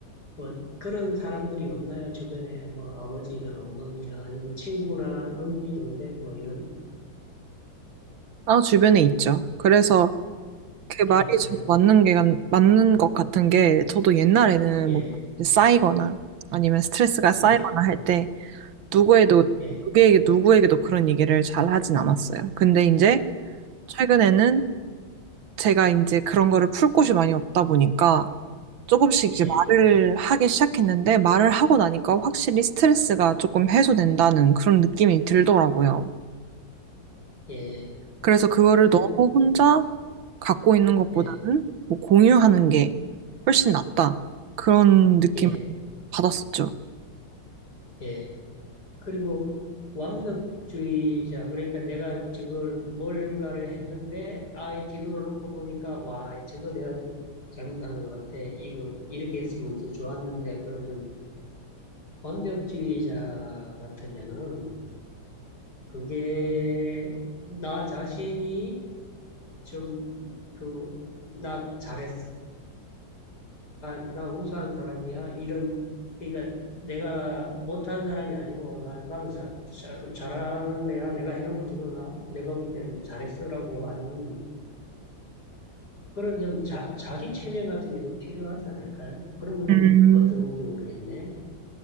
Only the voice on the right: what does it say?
아, 주변에 있죠. 그래서 그
말이
저- 맞는 게, 맞는 것 같은 게 저도 옛날에는
뭐 쌓이거나 아니면 스트레스가 쌓이거나
할때 누구에도
누구에게 누구에게도 그런 얘기를 잘 하진 않았어요. 근데 이제 최근에는 제가 이제 그런 거를 풀 곳이 많이 없다 보니까 조금씩 이제
말을 하기 시작했는데 말을 하고 나니까 확실히 스트레스가 조금 해소된다는 그런 느낌이 들더라고요.
그래서 그거를
너무 혼자 갖고 있는 것보다는
뭐 공유하는 게 훨씬 낫다. 그런 느낌을
받았었죠.
음.